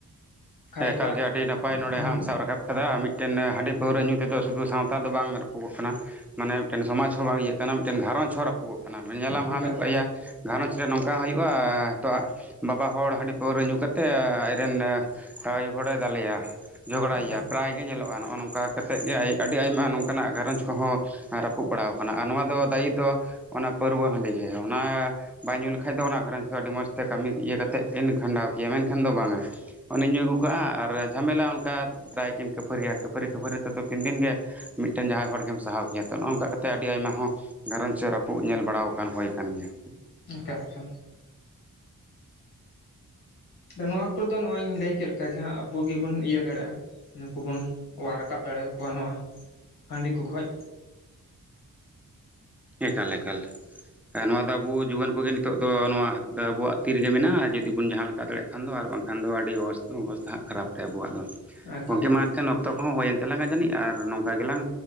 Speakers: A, on the left; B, in the centre.
A: ᱠᱷᱟᱡ
B: ᱮᱠᱟᱞᱜᱮ
A: ᱮᱴᱟᱜ
B: ᱟᱹᱰᱤ ᱱᱟᱯᱟᱭ ᱱᱚᱰᱮ
A: ᱦᱮᱸ
B: ᱦᱟᱜ ᱟᱢ ᱥᱟᱶ ᱨᱟᱠᱟᱵ ᱠᱟᱫᱟ ᱢᱤᱫᱴᱮᱱ ᱦᱟᱺᱰᱤ ᱯᱟᱹᱣᱨᱟᱹ ᱧᱩ ᱛᱮᱫᱚ ᱥᱩᱫᱩ ᱥᱟᱶᱛᱟ ᱫᱚ ᱵᱟᱝ ᱨᱟᱹᱯᱩᱜᱚᱜ ᱠᱟᱱᱟ, ᱢᱟᱱᱮ ᱢᱤᱫᱴᱮᱱ ᱥᱚᱢᱟᱡᱽ ᱦᱚᱸ ᱵᱟᱝ ᱤᱭᱟᱹᱜ ᱠᱟᱱᱟ ᱢᱤᱫᱴᱮᱱ ᱜᱷᱟᱨᱚᱸᱡᱽ ᱦᱚᱸ ᱨᱟᱹᱯᱩᱜᱚᱜ ᱠᱟᱱᱟ, ᱧᱮᱞᱟᱢ
A: ᱮᱠᱟᱞ
B: ᱦᱟᱜ ᱢᱤᱫ ᱵᱟᱨᱭᱟ
A: ᱮᱠᱟᱞ
B: ᱜᱷᱟᱨᱚᱸᱡᱽ ᱨᱮ ᱱᱚᱝᱠᱟ ᱦᱩᱭᱩᱜᱼᱟ ᱛᱚ ᱵᱟᱵᱟ ᱦᱚᱲ ᱦᱟᱺᱰᱤ ᱯᱟᱹᱣᱨᱟᱹ ᱧᱩ ᱠᱟᱛᱮ ᱟᱡᱨᱮᱱ ᱟᱭᱳ ᱦᱚᱲᱮ ᱫᱟᱞᱮᱭᱟ ᱡᱷᱚᱜᱽᱲᱟᱭ
A: ᱮᱠᱟᱞ
B: ᱭᱟ ᱟᱭ ᱜᱮ ᱧᱮᱞᱚᱜᱼᱟ ᱱᱚᱜᱼᱚ ᱱᱚᱝᱠᱟ ᱠᱟᱛᱮᱫ ᱜᱮ ᱟᱹᱰᱤ ᱟᱭᱢᱟ ᱱᱚᱝᱠᱟᱱᱟᱜ ᱜᱷᱟᱨᱚᱸᱡᱽ ᱠᱚᱦᱚᱸ ᱨᱟᱹᱯᱩᱫ ᱵᱟᱲᱟᱣ ᱠᱟᱱᱟ, ᱟᱨ ᱱᱚᱣᱟ ᱫᱚ ᱫᱟᱹᱭᱤ ᱫᱚ ᱚᱱᱟ ᱯᱟᱹᱨᱣᱟᱹ ᱦᱟᱺᱰᱤ ᱜᱮ ᱚᱱᱟ ᱵᱟᱭ ᱧᱩ ᱞᱮᱠᱷᱟᱡ ᱫᱚ ᱚᱱᱟ ᱜᱷᱟᱨᱚᱸᱡᱽ ᱫᱚ ᱟᱹᱰᱤ ᱢᱚᱡᱽ ᱛᱮ ᱠᱟᱹᱢᱤ ᱤᱭᱟᱹ ᱠᱟᱛᱮᱜ ᱠᱤᱱ ᱠᱷᱟᱸᱰᱟᱣ ᱠᱮᱭᱟ ᱢᱮᱱᱠᱷᱟᱱ ᱫᱚ ᱵᱟᱝᱟ ᱚᱱᱤ ᱧᱩ ᱟᱹᱜᱩ ᱠᱟᱜᱼᱟ ᱟᱨ ᱡᱷᱟᱢᱮᱞᱟ ᱚᱱᱠᱟ ᱯᱨᱟᱭᱠᱤᱱ ᱠᱷᱟᱹᱯᱟᱨᱤᱜ-ᱟ ᱠᱷᱟᱹᱯᱟᱨᱤ ᱠᱷᱟᱹᱯᱟᱨᱤ ᱛᱮᱫᱚ ᱛᱤᱱ ᱫᱤᱱᱜᱮ ᱢᱤᱫᱴᱮᱱ ᱡᱟᱦᱟᱭ ᱦᱚᱲᱜᱮᱢ ᱥᱟᱦᱟᱣ ᱠᱮᱭᱟ ᱛᱚ ᱱᱚᱜ-ᱚ ᱱᱚᱝᱠᱟ ᱠᱟᱛᱮ ᱟᱹᱰᱤ ᱟᱭᱢᱟ ᱦᱚᱸ ᱜᱷᱟᱨᱚᱸᱡᱽ ᱥᱮ ᱨᱟᱹᱯᱩᱜ ᱧᱮᱞ ᱵᱟᱲᱟᱣ ᱠᱟᱱ ᱦᱳᱭ ᱠᱟᱱ ᱜᱮᱭᱟ
A: ᱟᱠᱟ ᱞᱮᱠᱟ ᱱᱚᱣᱟ ᱠᱚᱫᱚ ᱱᱚᱜ-ᱚᱭ ᱤᱧ ᱞᱟᱹᱭ ᱪᱮᱫᱞᱮᱠᱟᱜᱮ ᱦᱟᱜ ᱟᱵᱚ ᱜᱮᱵᱚᱱ ᱤᱭᱟᱹ ᱫᱟᱲᱮᱜᱼᱟ ᱱᱩᱠᱩ ᱵᱚᱱ ᱚᱣᱟᱨ ᱨᱟᱠᱟᱵ ᱫᱟᱲᱮᱣᱟᱠᱚᱣᱟ ᱱᱚᱣᱟ ᱦᱟᱺᱰᱤ ᱠᱚ ᱠᱷᱚᱡ
B: ᱮᱠᱟᱞ ᱮᱠᱟᱞ ᱱᱚᱣᱟ ᱫᱚ ᱟᱵᱚ ᱡᱩᱣᱟᱹᱱ ᱠᱚᱜᱮ ᱱᱤᱛᱚᱜ ᱫᱚ ᱱᱚᱣᱟ ᱟᱵᱚᱣᱟᱜ ᱛᱤ ᱨᱮᱜᱮ ᱢᱮᱱᱟᱜᱼᱟ ᱡᱩᱫᱤ ᱵᱚᱱ ᱡᱟᱦᱟ ᱞᱮᱠᱟ ᱫᱟᱲᱮᱜ ᱠᱷᱟᱱ ᱫᱚ ᱟᱨ ᱵᱟᱝᱠᱷᱟᱱ ᱫᱚ ᱟᱹᱰᱤ ᱚᱵᱚᱥᱛᱷᱟ ᱦᱟᱜ ᱠᱷᱟᱨᱟᱯ ᱜᱮ ᱟᱵᱚᱣᱟᱜ ᱫᱚ
A: ᱮᱠᱟᱞ
B: ᱜᱚᱢᱠᱮ
A: ᱮᱠᱟᱞ
B: ᱢᱟ ᱮᱱᱠᱷᱟᱱ ᱚᱠᱛᱚ ᱠᱚᱦᱚᱸ ᱦᱳᱭᱮᱱ ᱛᱟᱞᱟᱝᱟ ᱡᱟᱱᱤᱡ ᱟᱨ ᱱᱚᱝᱠᱟ ᱜᱮᱞᱟᱝ